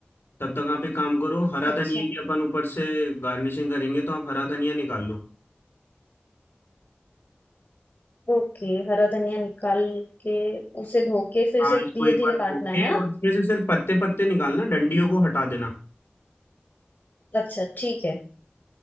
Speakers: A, on the left; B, on the left.
A: तब तक आप एक काम करो हरा
B: अच्छा
A: धनिया की अपन ऊपर से गार्निशिंग करेंगे तो आप हरा धनिया निकाल लो
B: ओके हरा धनिया निकाल के उसे धो के फिर
A: हाँ
B: से धीरे
A: इसको एक
B: धीरे
A: बार धो
B: काटना
A: के
B: है है ना
A: और इसमें से सिर्फ पत्ते पत्ते निकालना डंडियों को हटा देना
B: अच्छा ठीक है